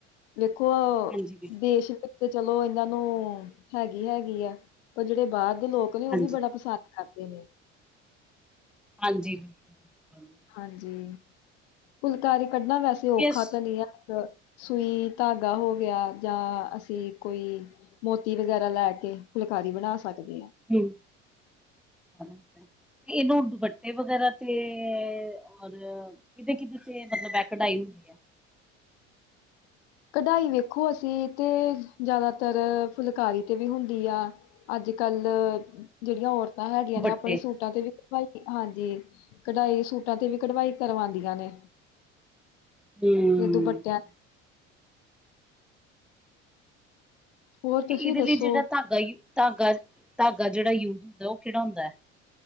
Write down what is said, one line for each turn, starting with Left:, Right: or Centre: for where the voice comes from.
Left: ਵੇਖੋ
Centre: ਹਾਂਜੀ ਬਿਲਕੁਲ।
Left: ਦੇਸ਼ ਵਿੱਚ ਚਲੋ, ਇਹਨਾਂ ਨੂੰ ਹੈਗੀ-ਹੈਗੀ ਆ ਪਰ, ਜਿਹੜੇ ਬਾਹਰ ਦੇ ਲੋਕ ਨੇ, ਉਹ
Centre: ਹਾਂਜੀ।
Left: ਵੀ ਬੜਾ ਪਸੰਦ ਕਰਦੇ ਨੇ
Centre: ਹਾਂਜੀ। ਬਿਲਕੁਲ
Left: ਹਾਂਜੀ, ਫੁਲਕਾਰੀ ਕੱਢਣਾ ਵੈਸੇ
Centre: ਕਿਉਂਕਿ
Left: ਔਖਾ
Centre: ਇਸ
Left: ਤਾਂ ਨਹੀਂ ਆ ਸੂਈ, ਧਾਗਾ ਹੋ ਗਿਆ ਜਾਂ ਅਸੀਂ ਕੋਈ ਮੋਤੀ ਵਗੈਰਾ ਲੈ ਕੇ, ਫੁਲਕਾਰੀ ਬਣਾ ਸਕਦੇ ਆ
Centre: ਹਮ ਕ ਬਤ ਹੈ। <inaudible> ਇਹ ਨੂੰ, ਦੁਪੱਟੇ ਵਗ਼ੈਰਾ ਤੇ ਹੋਰ ਕਿਦੇ -ਕਿਦੇ ਤੇ ਮਤਲਬ, ਇਹ ਕੜ੍ਹਾਈ ਹੁੰਦੀ ਏ
Left: ਕਢਾਈ ਵੇਖੋ, ਅਸੀਂ ਤੇ ਜ਼ਿਆਦਾ ਤਰ ਫੁਲਕਾਰੀ ਤੇ, ਵੀ ਹੁੰਦੀ ਆ ਅੱਜ -ਕੱਲ ਜਿਹੜੀਆਂ ਔਰਤਾਂ ਹੈਗੀਆ
Centre: ਦੁਪੱਟੇ
Left: ਨੇ, ਆਪਣੇ ਸੂਟਾਂ ਤੇ ਵੀ ਹਾਂਜੀ, ਕਢਾਈ ਸੂਟਾਂ ਤੇ ਵੀ ਕਢਵਾਈ ਕਰਵਾਦੀਆ ਨੇ,
Centre: ਹੂੰ
Left: ਤੇ ਦੁਪੱਟਿਆ
Centre: ਤੇ
Left: ਹੋਰ
Centre: ਤੇ,
Left: ਤੁਸੀਂ
Centre: ਇਹਦੇ
Left: ਦੱਸੋ
Centre: ਲਈ ਜਿਹੜਾ ਧਾਗਾ, ਧਾਗਾ -ਧਾਗਾ ਜਿਹੜਾ ਯੂਜ ਹੁੰਦਾ, ਉਹ ਕਿਹੜਾ ਹੁੰਦਾ